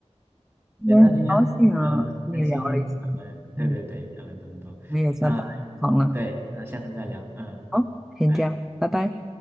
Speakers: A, in the centre; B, on the right.
A: 今天很高兴啊，
B: 对那今天很嗯、
A: 跟你聊了一下。
B: 呃很开心，我们对对对聊了这么多，
A: 嗯。我也在办忙了。
B: 那对，那下次再聊，嗯。
A: 好，先这样，
B: 拜。
A: 拜拜。